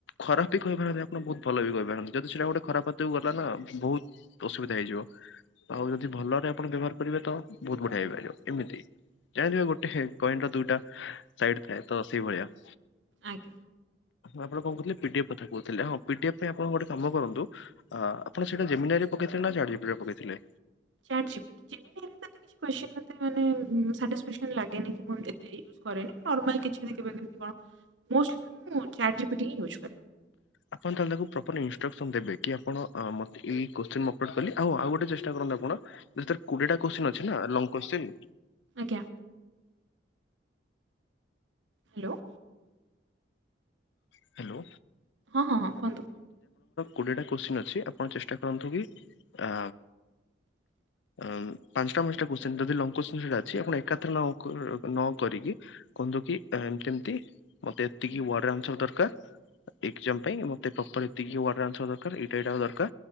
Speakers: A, on the left (about 75°); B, on the right (about 85°).
A: ଖରାପ ବି କହିପାରନ୍ତି ଆପଣ ବହୁତ ଭଲ ବି କହିପାରନ୍ତି ଯଦି ସେଇଟା ଗୋଟେ ଖରାପ ହାତକୁ ଗଲା ନା ବହୁତ ଅସୁବିଧା ହେଇଯିବ। ଆଉ ଯଦି ଭଲରେ ଆପଣ ବ୍ୟବହାର କରିବେ ତ ବହୁତ ବଢିଆ ହେଇପାରିବ ଏମିତି। ଜାଣିଥିବା ଗୋଟେ ପଏଣ୍ଟ ର ଦୁଇଟା ସାଇଡ ଥାଏ ତ ସେଇ ଭଳିଆ। <inaudible>
B: ଆଜ୍ଞା
A: ଆପଣ କଣହୁଥିଲେ ପିଡିଏଫ୍ କଥା କହୁଥିଲେ ହଁ ପିଡିଏଫ ପାଇଁ ଆପଣ ଗଟେ କାମ କରନ୍ତୁ ଆପଣ ସେଇଟା ଜମିନାଇ ପକେଇଥିଲେ ନା ଚାଟଜିପିଟି। ଦୂରେ ପକାଇଥିଲେ।
B: ଚାଟଜୀପିଟି <inaudible> ଏତେ କ୍ୱେଶ୍ଚିନ ମାନେ ସାଟି ଲଗେନି କି ମୁଁ ଏତେ ୟୁଜ୍ କରେନି ନର୍ମାଲ କିଛି ଏମିତି କେବେ କେମତି କଣ। ମ <inaudible> ମୁଁ ଚାଟ ଜିପିଟ ହିଁ ୟୁଜ କରେ।
A: ଆପଣ ତାହେଲେ ତାକୁ ପ୍ରପର ଇନଷ୍ଟ୍ରକ୍ସନ ଦେବେ କି ଆପଣ ଅ ମୋତେ ଏଇ କ୍ୱେଶ୍ଚିନ୍ ଅପ୍ଲୋଡ କଲି ଆଉ ଆଉ ଗୋଟେ ଚେଷ୍ଟା କରନ୍ତୁ ଆପଣ କୋଡିଏ ଟା କ୍ଵେଶ୍ଚିନ। ଅଛି ନା ଲଙ୍ଗ କଶ୍ଚିନ।
B: ଆଜ୍ଞା। ହ୍ୟାଲୋ।
A: ହ୍ୟାଲୋ।
B: ହଁ-ହଁ-ହଁ କୁହନ୍ତୁ।
A: କୋଡ଼ିଏଟା କୋଶ୍ଚିନ୍ ଅଛି, ଆପଣ ଚେଷ୍ଟା କରନ୍ତୁ କି ଆ
B: <inaudible>
A: ଆଁ ପାଞ୍ଚଟା ପାଞ୍ଚଟା କୋଶ୍ଚିନ ଯଦି ଲଙ୍ଗ କୋଶ୍ଚିନ ସେଇଟା ଅଛି, ଆପଣ ଏକାଥରେ ନ-କ-ନ କରିକି କୁହନ୍ତୁ କି ଏମତି ଏମତି, ମତେ ଏତିକି ୱାର୍ଡ଼ରେ ଆନ୍ସର୍ ଦରକାର ଏକ୍ଜାମ ପାଇଁ ମୋତେ ପ୍ରପର ଏତିକି ହି ୱାର୍ଡ଼ରେ ଆନ୍ସର୍ ଦରକାର, ଏଇଟା ଏଟା ଦରକାର